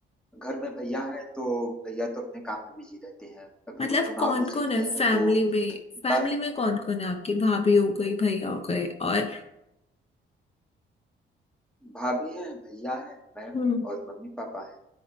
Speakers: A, in the centre; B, on the left.
A: घर में भैया है तो भैया तो अपने काम में बिजी रहते हैं अभी
B: मतलब
A: वो चुनाव
B: कौन
A: भी जीत
B: कौन है
A: गए
B: फैमिली
A: हैं तो
B: में फैमिली
A: बा-
B: में कौन कौन है आपकी भाभी हो गई भैया हो गए और
A: भाभी है भैया है मैं हूँ
B: हम्म
A: और मम्मी पापा है